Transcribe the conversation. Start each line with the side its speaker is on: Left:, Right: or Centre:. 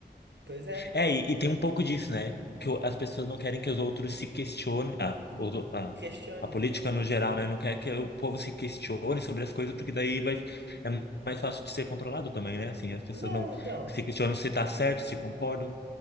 Right: Pois é,
Left: É, e, e tem um pouco disso, né? Que o- as pessoas não querem que os outros se questionem. Ah, os o- ah,
Right: questione.
Left: a política no geral, né? Não quer que o povo se questione sobre as coisas, porque daí vai, é mais fácil de ser controlado também, né? Assim, as pessoas
Right: Não,
Left: não
Right: então,
Left: se questionam se tá certo, se concordam.